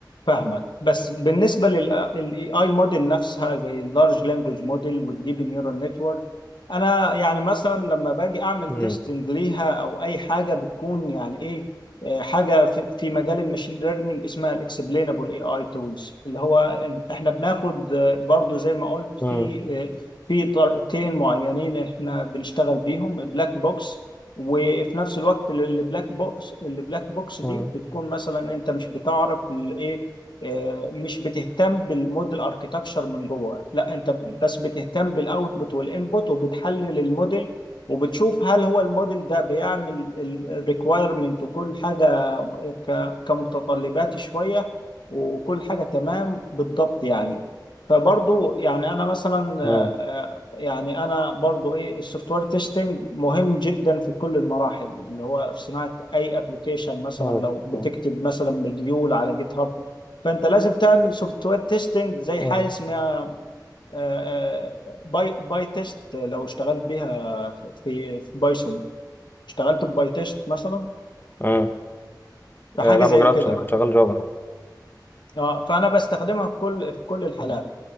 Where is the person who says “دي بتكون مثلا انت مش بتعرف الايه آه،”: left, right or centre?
Left